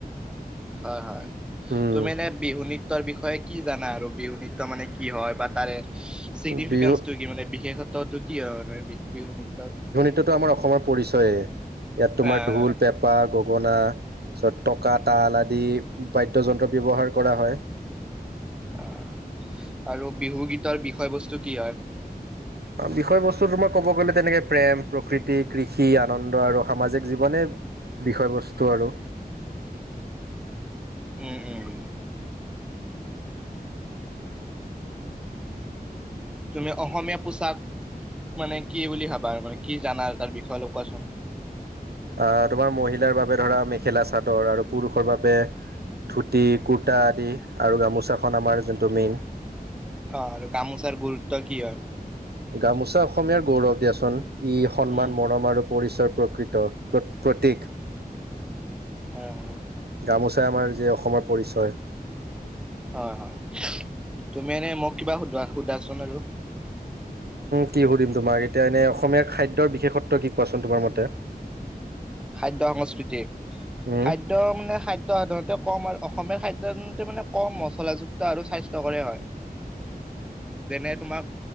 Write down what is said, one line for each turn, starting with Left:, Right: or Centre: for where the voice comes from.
Centre: হয় হয়
Right: উম
Centre: তুমি এনে বিহু নী বিষয়ে কি জানা আৰু বিহু নিট্য মানে কি হয় বা তাৰে। চিগনিফিকেন্সটো
Right: বিহু
Centre: কি মানে বিশেষত্বটো কি আৰু বিহু নৃত্য
Right: এইতো আমাৰ অসমৰ পৰিচয় ইয়াত তোমাৰ
Centre: আহ
Right: ঢোল পেপ পেপা গগনা তাৰপিছত টকা তাল আদি বাদ্যযন্ত্ৰ ব্যৱহাৰ কৰা হয়।
Centre: অহ আৰু বিহু গীতৰ বিষয় বস্তু কি হয়।
Right: বিষয়বস্তুটো মই ক'ব গ'লে তেনেকে প্ৰেম প্ৰকৃতি কৃষি আনন্দ আৰু সামাজিক জীৱনে বিষয়বস্তু আৰু।
Centre: উম উম। তুমি অসমীয়া পোচাক মানে কি বুলি ভাবা আৰু মানে কি জানা আৰু তাৰ বিষয়ে অলপ কোৱাচোন।
Right: অহ তোমাৰ মহিলাৰ বাবে ধৰা মেখেলা চাদৰ আৰু পুৰুষৰ বাবে ধুতি কুৰ্তা আদি গামোচাখন আমাৰ যোনটো মেইন
Centre: অ আৰু গামোচাৰ গুৰুত্ব কি হয়?
Right: গামোচা অসমীয়াৰ গৌৰৱ দিয়াচোন ই সন্মান
Centre: উম,
Right: মৰম আৰু পৰিচয় প্ৰকৃতি প্ৰতীক।
Centre: অ',
Right: গামোচাই আমাৰ যে অসমৰ পৰিচয়।
Centre: হয়, হয় তুমি এনে মোক কিবা সুধা চোন আৰু।
Right: কি সুধিম তোমাক এতিয়া এনেই অসমীয়াৰ খাদ্যৰ বিশেষত্ব কি কোৱাচোন তোমাৰ মতে?
Centre: খাদ্যৰ সংস্কৃতি,
Right: উম
Centre: খাদ্য খাদ্য মানে খাদ্য সাধাৰণতে কম আৰু অসমীয় খাদ্য সাধাৰণতে মানে কম মছলাযুক্ত আৰু স্বাস্থ্যকৰে হয়।
Right: <inaudible>
Centre: যেনে তোমাক